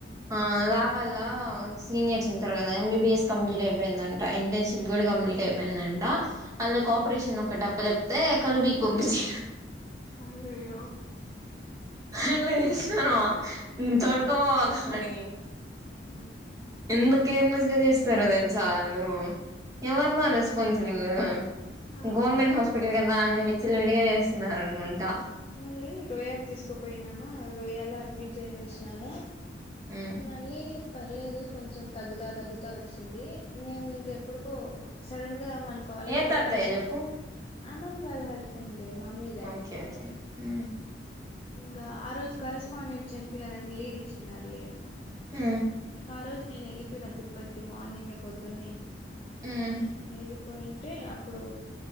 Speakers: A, on the right; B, on the left.
A: ఆ లావల్ల స్. సీనియర్స్ ఉంటారు కాద ఎంబీబీఎస్ కంప్లీట్ అయిపోయిందంట ఇంటర్న్షిప్ కూడా కంప్లీట్ అయిపోయిందంట. అల్లకు ఆపరేషన్ ఒకట్ అప్ప చెప్తే కల్లుబికి బమ్బించ్.
B: అయ్యయ్యో.
A: అంద్లా చేసినర్ మా తోడకోపోమాక్ అడికి.
B: ఉ.
A: ఎంత కేర్లెస్ గా చేస్తారో తెల్సా అళ్ళు. ఎవర్మా రెస్పాన్స్ వీల్లు
B: ఆ
A: గవర్నమెంట్ హస్. స్పటల్ కద అని విచ్చలు విడిగా చేస్తున్నర్ అనుకుంటా.
B: మళ్ళీ రోయాక్ తీసుకోపోయినామా రోయా లో అడ్మిట్ చేసేసినాము.
A: మ్
B: మళ్ళీ పర్లేదు కొంచెం తగ్గుతా తగ్గుతా వచ్చింది. నేను ఇంక ఎప్పుడుకో సడన్ గా మన కాలేజ్
A: ఏ
B: లో
A: తాతయ్య
B: కరస్.
A: చెప్పు
B: అమ్మమ్మ వాళ్ హస్. స్బెండే మామీద్.
A: ఓకే ఓకే ఉ.
B: ఇంకా ఆ రోజు కరెస్పాండెంట్ చేలిపోయినారని లీవ్ ఇచ్చినారులే.
A: ఉ.
B: ఇంగ ఆ రోజు నేనెళ్ళిపోయినా తిరుపతికి మార్నింగే పొద్దున్నే
A: మ్
B: వెళ్ళిపోయి. అంటే అప్పుడు